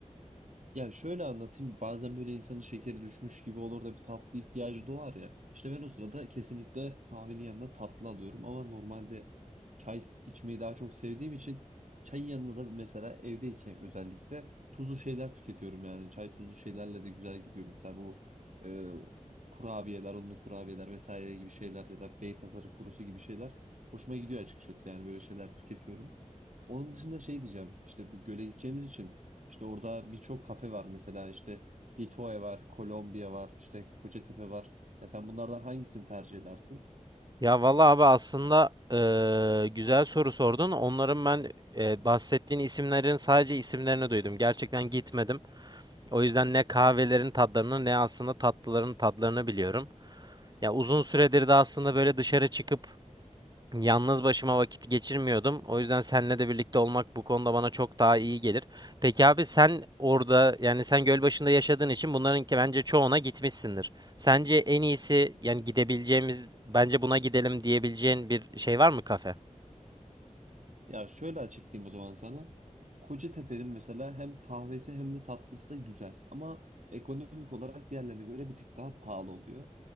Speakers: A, on the right; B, on the right.
A: Ya şöyle anlatayım. Bazen böyle insanın şekeri düşmüş gibi olur da bir tatlı ihtiyacı doğar ya. İşte ben o sırada kesinlikle kahvenin yanına tatlı alıyorum. Ama normalde çay içmeyi daha çok sevdiğim için çayın yanına da mesela evdeyken özellikle tuzlu şeyler tüketiyorum yani. Çay tuzlu şeylerle de güzel gidiyor. Mesela bu e, kurabiyeler, unlu kurabiyeler vesaire gibi şeyler ya da Beypazarı kurusu gibi şeyler hoşuma gidiyor açıkçası. Yani böyle şeyler tüketiyorum. Onun dışında şey diyeceğim. İşte bu göle gideceğimiz için işte orada birçok kafe var mesela işte Ditoe var, Kolombiya var, işte Kocatepe var. Ya sen bunlardan hangisini tercih edersin?
B: Ya valla abi aslında eee, güzel soru sordun. Onların ben eee, bahsettiğin isimlerin sadece isimlerini duydum. Gerçekten gitmedim. O yüzden ne kahvelerin tadlarını ne aslında tatlıların tadlarını biliyorum. Ya uzun süredir de aslında böyle dışarı çıkıp Yalnız başıma vakit geçirmiyordum. O yüzden seninle de birlikte olmak bu konuda bana çok daha iyi gelir. Peki abi sen orada yani sen Gölbaşı'nda yaşadığın için bunların ki bence çoğuna gitmişsindir. Sence en iyisi yani gidebileceğimiz bence buna gidelim diyebileceğin bir şey var mı kafe?
A: Ya şöyle açıklayayım o zaman sana. Kocatepe'nin mesela hem kahvesi hem de tatlısı da güzel. Ama ekonomik olarak diğerlerine göre bir tık daha pahalı oluyor.